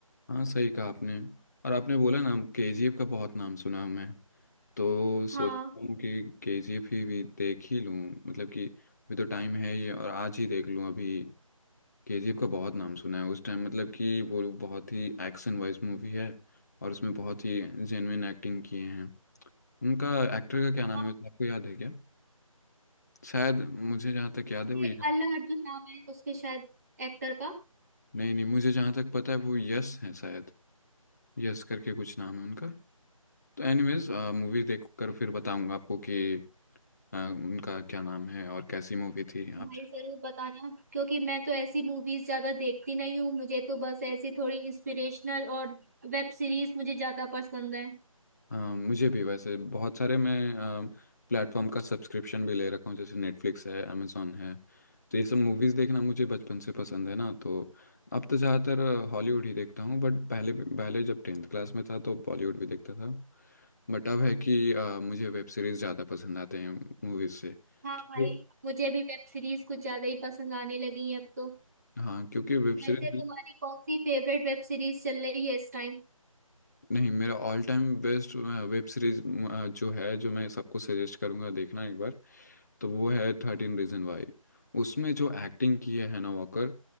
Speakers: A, on the left; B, on the right.
A: हाँ सही कहा आपने और आपने बोला ना केजीएफ का बहुत नाम सुना है मैं तो सोच
B: हाँ
A: रहा हूँ कि केजीएफ ही भी देख ही लूँ मतलब कि अभी तो टाइम है ये और आज ही देख लूँ अभी केजीएफ का बहुत नाम सुना है उस टाइम मतलब कि वो बहुत ही एक्शन वाइज मूवी है और उसमें बहुत ही जेन्युइन एक्टिंग किए हैं उनका एक्टर का क्या नाम
B: और
A: है आपको याद है क्या शायद मुझे जहाँ तक याद है वो
B: ये
A: यश
B: अल्ला अर्जुन नाम है उसके शायद एक्टर का
A: नहीं नहीं मुझे जहाँ तक पता है वो यश है शायद यश करके कुछ नाम है उनका तो एनीवेज मूवी देख कर फिर बताऊंगा आपको कि अ, उनका क्या नाम है और कैसी मूवी थी
B: भाई
A: आप
B: जरूर बताना क्योंकि मैं तो ऐसी मूवीज ज्यादा देखती नहीं हूँ मुझे तो बस ऐसी थोड़ी इंस्पिरेशनल और वेब सीरीज मुझे ज्यादा पसंद है
A: हाँ मुझे भी वैसे बहुत सारे मैं प्लेटफॉर्म का सब्सक्रिप्शन भी ले रखा हूँ जैसे नेटफ्लिक्स है amazon है तो ये सब मूवीज़ देखना मुझे बचपन से पसंद है ना तो अब तो ज़्यादातर हॉलीवुड ही देखता हूँ बट पहले पहले जब टेंथ क्लास में था तो बॉलीवुड भी देखता था बट अब है कि अ, मुझे वेब सीरीज़ ज़्यादा पसंद आते हैं मूवीज़ से
B: हाँ
A: क्योंकि
B: भाई मुझे भी वेब सीरीज कुछ ज्यादा ही पसंद आने लगी है अब तो
A: हाँ क्योंकि वेब
B: वैसे
A: सीरीज
B: तुम्हारी कौन सी फेवरेट वेब सीरीज चल रही है इस टाइम
A: नहीं मेरा all time best web series जो है जो मैं सबको सजेस्ट करूँगा देखना एक बार तो वो है थर्टीन रीजन वाई उसमें जो एक्टिंग की है हैना वॉकर